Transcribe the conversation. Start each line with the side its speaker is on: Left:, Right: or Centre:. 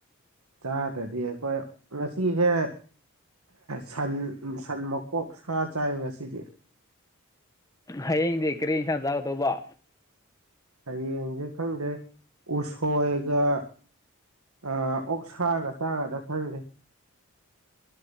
Right: ꯆꯥꯗ꯭ꯔꯗꯤ ꯑꯩꯈꯣꯏ ꯉꯁꯤꯁꯦ ꯁꯟ ꯁꯟ ꯃꯀꯣꯛ ꯁꯥ ꯆꯥꯏ ꯉꯁꯤꯗꯤ
Left: ꯍꯌꯦꯡꯗꯤ ꯀꯔꯤ ꯏꯁꯥꯡ ꯆꯥꯒ ꯇꯧꯕ
Right: ꯍꯌꯦꯡꯁꯦ ꯈꯪꯗꯦ ꯎꯁꯣꯏꯒ ꯑꯣꯛ ꯁꯥꯥꯒ ꯆꯥꯉꯗ ꯐꯪꯒꯦ